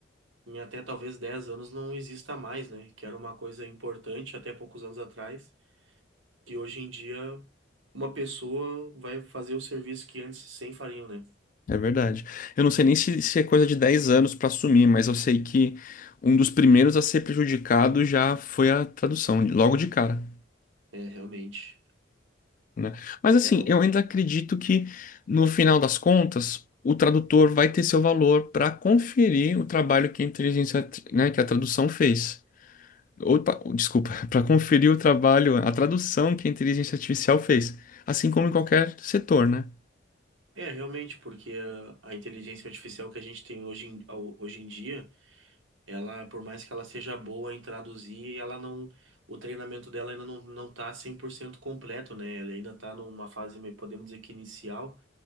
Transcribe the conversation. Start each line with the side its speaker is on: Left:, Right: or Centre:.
Right: em até talvez 10 anos não exista mais, né? Que era uma coisa importante até poucos anos atrás, que hoje em dia uma pessoa vai fazer o serviço que antes 100 fariam, né?
Left: É verdade. Eu não sei nem se, se é coisa de 10 anos para assumir, mas eu sei que um dos primeiros a ser prejudicado já foi a tradução, logo de cara.
Right: É, realmente.
Left: né? Mas assim,
Right: É, o...
Left: eu ainda acredito que no final das contas o tradutor vai ter seu valor para conferir o trabalho que a inteligência, né, que a tradução fez. Ou, desculpa, <laughs> para conferir o trabalho, a tradução que a inteligência artificial fez, assim como em qualquer setor, né?
Right: é realmente, porque a, a inteligência artificial que a gente tem hoje em, ao- hoje em dia, ela, por mais que ela seja boa em traduzir, ela não. O treinamento dela ainda não, não tá 100% completo, né? Ela ainda tá numa fase, meio- podemos dizer que inicial.